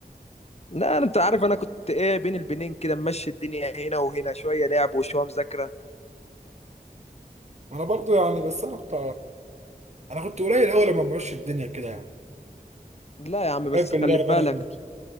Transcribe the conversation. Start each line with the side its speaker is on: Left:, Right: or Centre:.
Left: لا انت عارف انا كنت ايه بين البنين كده ممشي الدنيا هنا وهنا شويه لعب وشويه مذاكره
Right: انا برضو يعني بس انا كنت انا كنت قليل قوي لما بمشي الدنيا كده يعني
Left: لا يا عم بس
Right: بحب اللعب
Left: خلي بالك
Right: انا قوي